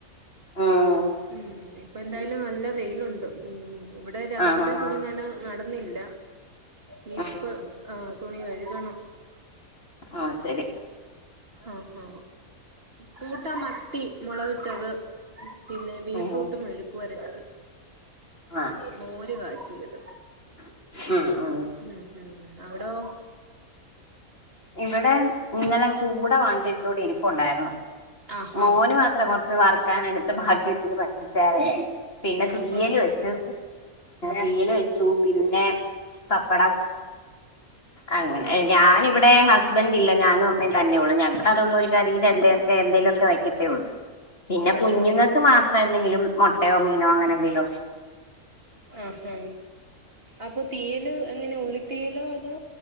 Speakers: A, on the left; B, on the right.
A: ഉം
B: ഉം ഇപ്പൊ എന്തായാലും നല്ല വെയിലുണ്ട് ഉ ഇവിടെ രാവിലെ
A: ആഹ് ആഹ്
B: തുണി നന നടന്നില്ല നാപ്പ്
A: ആഹ് ഉം
B: ആ തുണി കഴുകണം
A: ആഹ്ശരി
B: ആഹഹ കൂട്ട മത്തി മുളകിട്ടത് പിന്നെ ബീട്രൂട്ടും
A: ഉം
B: മേഴുക്ക്‌വരട്ടി
A: ആഹ്
B: മോര് കാച്ചിയത്
A: ഉംഹും
B: ഉഹ് അവിടോ
A: ഇവിടെ ഇന്നലെ ചൂട വാങ്ങിച്ചെ ഇത്തൂടി ഇരിപ്പൊണ്ടാരുന്നു
B: ആഹാ
A: മോന് മാത്രെ കൊറച്ച് വറക്കാൻ എടുത്ത് ബാക്കിവെച്ചിട്ട് പറ്റിച്ചാല് പിന്നെ
B: ആഹ്
A: തീയല് വെച്ചു തീയല് വെച്ചു പിന്നെ പപ്പടം അങ്ങനെ
B: ആഹ്
A: ഞാനിവി ഹസ്ബന്റ് ഇല്ല ഞാനും അമ്മേം തന്നേള്ളു ഞങ്ങളതുകൊണ്ട് ഒരു കറി രണ്ട് പെ വെക്കത്തെ ഒള്ളൂ പിന്നെ
B: ഓ
A: കുഞ്ഞുങ്ങക്ക്
B: ഓ
A: മാത്രം എന്തെങ്കിലും മൊട്ടയോ മീനോ അങ്ങനെ എന്തേലും
B: ആഹ് അപ്പൊ തീയല് എങ്ങനെ ഉള്ളി തീയലോ അതോ